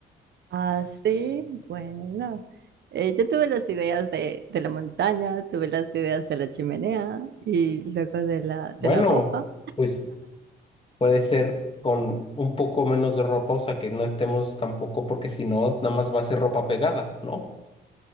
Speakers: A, on the right; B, on the left.
A: Ah, sí, bueno. Eh, yo tuve las ideas de, de la montaña, tuve las ideas de la chimenea y luego de la,
B: Bueno,
A: de la ropa.
B: pues puede ser con un poco menos de ropa, o sea que no estemos tampoco, porque si no, nada más va a ser ropa pegada, ¿no?